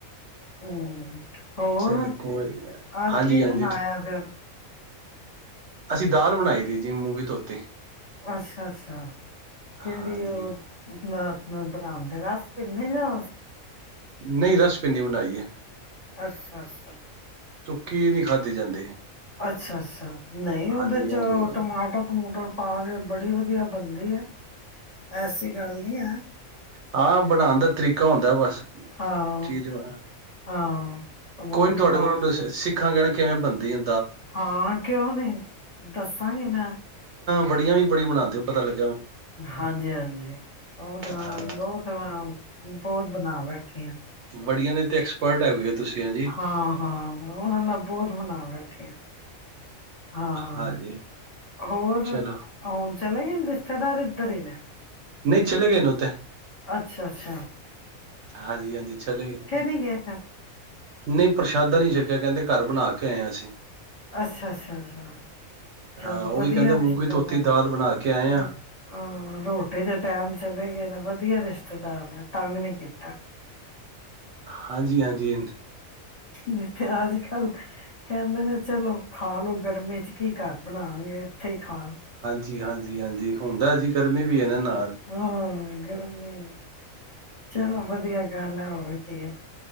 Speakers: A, on the left; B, on the right.
A: ਹਮ <unintelligible> ਹੋਰ
B: ਚਲੋ ਕੋਈ ਨੀ
A: ਅਜ
B: ਹਾਂਜੀ-ਹਾਂਜੀ
A: ਕੀ ਬਣਾਇਆ
B: ਠੀਕ
A: ਫਰ
B: ਅਸੀਂ ਦਾਲ ਬਣਾਈ ਦੀ ਹੈ ਜੀ ਮੂੰਗੀ ਧੋਤੇ
A: ਅੱਛਾ ਅੱਛਾ
B: ਹਾਂਜੀ
A: ਕਿਹੜੀ ਉਹ ਨਾ ਬਣਾਉਂਦੇ ਰਸ ਪੀਨੇ ਜਾਂ
B: ਨਹੀਂ ਰਸ ਪਿੰਨੀ ਬਣਾਈ ਏ
A: ਅੱਛਾ ਅੱਛਾ
B: ਕੀ ਨਹੀਂੀ ਖਾਧੀ ਜਾਂਦੇ
A: ਅੱਛਾ ਅੱਛਾ ਨਹੀਂ
B: ਹਾਂਜੀ-ਹਾਂਜੀ
A: ਉਹਦੇ ਚ ਟਮਾਟਰ ਟਮੂਟਰ ਪਾ ਕੇ ਬੜੀ ਵਧੀਆ ਬਣਦੀ ਹੈ ਐਸੀ ਗੱਲ ਨ ਹੈ
B: ਹਾਂ ਬਣਾਉਣ ਦਾ ਤਰੀਕਾ ਹੁੰਦਾ ਬਸ
A: ਹਾਂ
B: ਚੀਜ਼ ਬਣਾ-
A: ਹਾਂ ਉਹ
B: ਕੋਈ ਨੀ ਤੁਹਾਡੇ
A: ਟਮਾ
B: ਕੋਲ ਸਿੱਖ <unintelligible> ਕਹਿਣ ਕਿਵੇਂ ਬਣਦੀਆਂ
A: ਹਾਂ ਕਿਉਂ ਨ ਦੱਸਾਂਗੇ ਮੈਂ
B: ਬੜੀਆਂ ਵੀ ਬੜੀ ਬਉਂਦੇ ਹੋ ਪਤਾ ਲੱ
A: ਹਾਂਜੀ ਹਾਂਜੀ ਬਤ
B: ਹਾਂ
A: ਬਹੁਤ ਬਹੁਤ ਬਣਾ ਬੈਠੇ ਹ
B: ਵੜੀਆਂ ਨੇ ਤੇ ਐਕਸਪਰਟ ਹੈ ਹੋੂਏ ਤੁਸੀਂ ਹੈਂਜੀ
A: ਹਾਂ ਹਾਂ ਉਹਨਾਂ ਨਾਲ ਬਹੁਤ ਮਨਾਵਾ <unintelligible> ਹਾਂ
B: ਹਾਂਜੀ
A: ਹੋਰ
B: ਚਲੋ
A: ਹਉਣ ਚਲੇ ਗਏ ਰਿਸ਼ਤੇਦਾਰ <unintelligible>
B: ਨਹੀਂ ਚਲੇ ਗਏ ਨ ਤਾਂ
A: ਅੱਛਾ ਅੱਛਾ
B: ਹਾਂਜੀ ਹਾਂਜੀ ਚਲੇ ਗਏ
A: ਨੀ ਫਿਰ
B: ਨਹੀਂ ਪ੍ਰਸ਼ਾਦਾ ਨਹੀਂੀ ਛਕਿਆ ਕਹਿੰਦੇ ਘਰ ਬਣਾ ਕੇ ਆਏ ਹਾਂ ਅਸੀਂ
A: ਅੱਛਾ ਅੱਛਾ ਅੱਛਾ ਚਲੋ
B: ਹਾਂ ਉਹ
A: ਵਧੀਆ
B: ਵੀ ਕਹਿੰਦੇ
A: ਰਿਸ਼ਤੇਦਾਰ
B: ਮੂੰਗੀ ਧੋਤੀ ਦਾਲ ਬਣਾ ਕੇ ਆਏ ਹਾਂ
A: ਹਾਂ ਰੋਟੀ ਦੇ ਟੈਮ ਚਲੇ ਗਏ ਨੇ ਵਧੀਆ ਰਿਸ਼ਤੇ <unintelligible> ਤੰਗ ਨੀ ਕੀਤਾ
B: ਹਾਂਜੀ ਹਾਂਜੀ
A: ਜ ਤੇੇ ਅੱਜ ਕੱਲ ਕਹਿੰਦੇ ਨੇ ਚਲੋ ਖਾ ਲੋੋ ਗਰਮੀ ਚ ਕੀ ਘਰ ਬਣਾਾਂਗੇ <unintelligible>
B: ਜੀ ਹਾਂਜੀ <unintelligible> ਹਾਂਜੀ ਹੁੰਦਾ ਜੀ ਗਰਮੀ ਵੀ ਨਾ ਨਾਲ
A: ਹਾਂ ਗਰਮੀ ਚਲੋ
B: ਹੂੰ
A: ਵਧੀਆ ਗੱਲ ਹੈ ਉਹ ਹੋਰ ਕੀਕ ਹੈ